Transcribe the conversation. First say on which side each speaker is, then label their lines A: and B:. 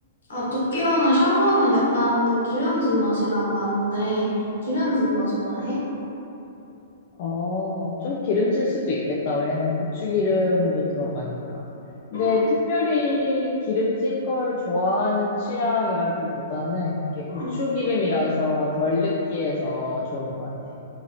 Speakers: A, on the left; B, on the left.
A: 아, 듣기로는 샹궈는 약간 더 기름진 맛이라고 하던데 기름진 거 좋아해?
B: 어, 좀 기름질 수도 있겠다. 왜냐면 고추기름도 들어가니까. 근데
A: 응,
B: 특별히 기름진 걸 좋아하는 취향이라기보다는 그게
A: 응.
B: 고추기름이라서 덜 느끼해서 좋은 것 같아.